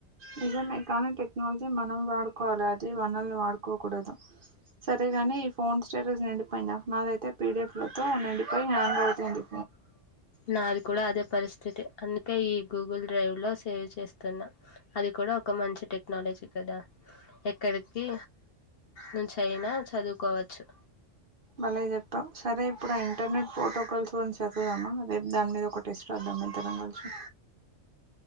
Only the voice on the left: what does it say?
నాది కూడా అదే పరిస్థితి అందుకే ఈ గూగుల్ డ్రైవ్ లో సేవ్ చేస్తున్నా అది కూడా ఒక మంచి టెక్నాలజీ కదా ఎక్కడికి నుంచి అయినా చదువుకోవచ్చు